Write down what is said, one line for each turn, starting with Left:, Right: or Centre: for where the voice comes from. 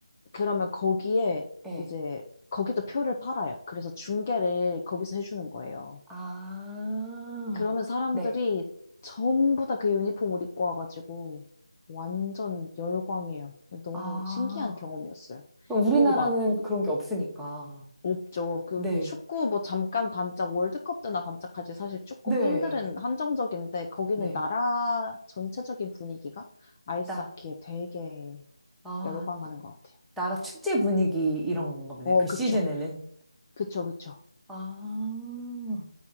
Left: 그러면 거기에
Centre: 예.
Left: 이제 거기도 표를 팔아요. 그래서 중계를 거기서 해주는 거예요.
Centre: 아,
Left: 그러면 사람들이
Centre: 네.
Left: 전부 다 그 유니폼을 입고 와가지고 완전 열광해요. 너무
Centre: 아.
Left: 신기한 경험이었어요.
Centre: 그럼 우리나라는
Left: 그리고 막
Centre: 그런 게 없으니까.
Left: 없죠. 그
Centre: 네,
Left: 축구 뭐 잠깐 반짝 월드컵 때나 반짝하지 사실 축구
Centre: 네,
Left: 팬들은 한정적인데 거기는
Centre: 네.
Left: 나라 전체적인 분위기가 아이스하키에
Centre: 나,
Left: 되게
Centre: 아,
Left: 열광하는 것 같아요.
Centre: 나라 축제 분위기 이런 건가 보네.
Left: 어,
Centre: 그
Left: 그쵸.
Centre: 시즌에는.
Left: 그쵸, 그쵸.
Centre: 아,